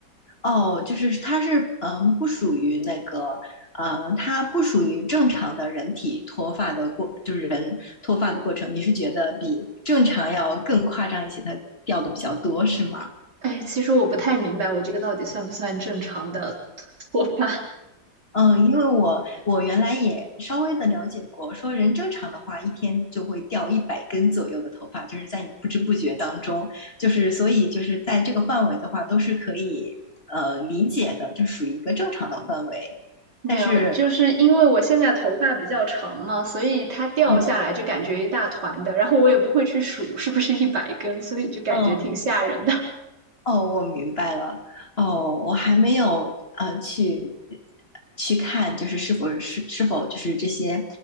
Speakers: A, on the left; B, on the right.
A: 哦，就是它是嗯，不属于那个，呃，它不属于正常的人体脱发的过，就是人脱发的过程。你是觉得比正常要更夸张一些，它掉的比较多，是吗？
B: 哎，其实我不太明白我这个到底算不算正常的脱发？
A: 嗯，因为我我原来也稍微的了解过，说人正常的话，一天就会掉一百根左右的头发，就是在你不知不觉当中，就是所以就是在这个范围的话，都是可以呃理解的，就属于一个正常的范围。
B: 没有，
A: 但是，
B: 就是因为我现在头发比较长嘛，所以它掉下来就感觉一大团的，
A: 嗯
B: 然后我也不会去数是不是一百根，所以就感觉挺吓人的。
A: 嗯，哦，我明白了。哦，我还没有呃去去看，就是是否是是否就是这些